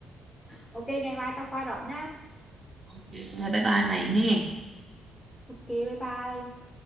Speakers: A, in the centre; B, on the right.
A: ok ngày mai tao qua đón nhá
B: Ok, Bye bye mày nghe
A: ok bye bye